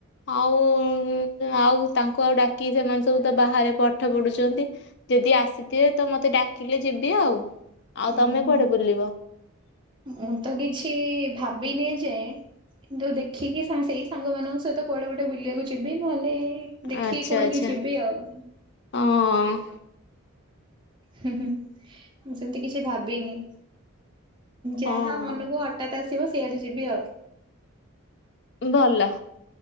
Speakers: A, on the left (about 55°); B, on the right (about 20°).
A: ଆଉ ଆଉ ତାଙ୍କୁ ଆଉ ଡାକି ସେମାନେ ସବୁ ତ ବାହାରେ ପାଠ ପଢୁଛନ୍ତି। ଯଦି ଆସିଥିବେ ତ ମତେ ଡାକିଲେ ଯିବି ଆଉ ଆଉ
B: ଉଁ
A: ତମେ
B: ହୁଁ।
A: କୁଆଡେ ବୁଲିବ।
B: ମୁଁ ତ କିଛି ଭାବିନି ଏଯାଏଁ। କିନ୍ତୁ ଦେଖିକି ସା ସେଇ ସାଙ୍ଗମାନଙ୍କ ସହିତ କୁଆଡେ ଗୋଟେ ବୁଲିବାକୁ ଯିବି ନହେଲେ ଦେଖିକି
A: ଆଚ୍ଛା
B: କୋଉଠିକି
A: ଆଚ୍ଛା।
B: ଯିବି ଆଉ।
A: ହଁ।
B: ହୁଁ ହିଁ ମୁଁ ସେମିତି କିଛି ଭାବିନି।
A: ହଁ
B: ଯାହା ମନକୁ ହଠାତ ଆସିବ ସେଇଆଡେ ଯିବି ଆଉ।
A: ଭଲ।